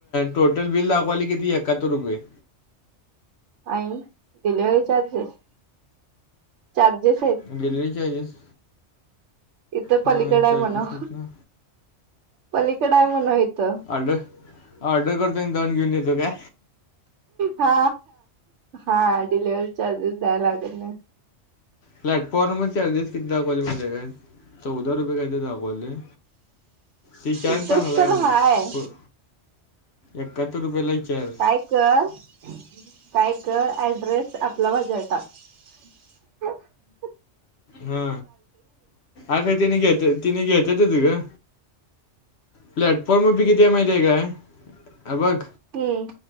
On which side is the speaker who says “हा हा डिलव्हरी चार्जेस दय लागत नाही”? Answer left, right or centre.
Right